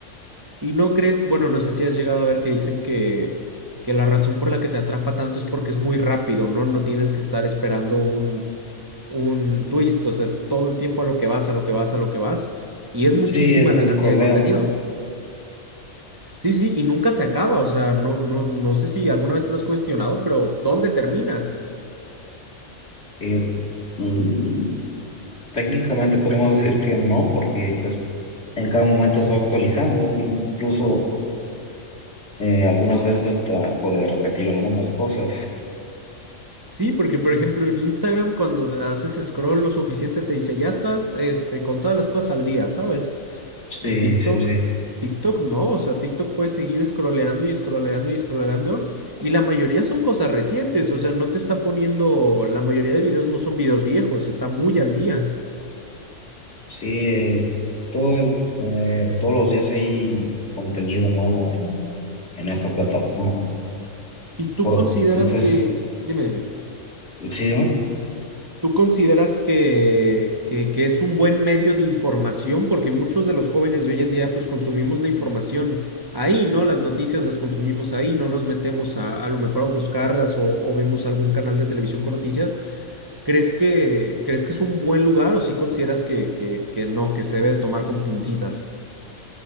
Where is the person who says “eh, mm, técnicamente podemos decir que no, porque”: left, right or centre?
Left